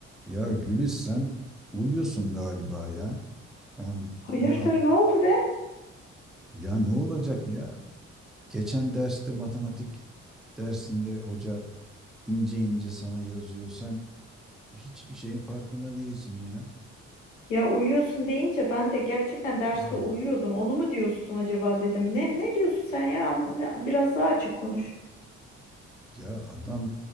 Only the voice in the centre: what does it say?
Ya Gülis sen uyuyorsun galiba ya. Ben-
ben-
ya ne olacak ya? Geçen derste matematik dersinde hoca ince ince sana yazıyor. Sen hiçbir şeyin farkında değilsin ya.
Ha,
Ya adam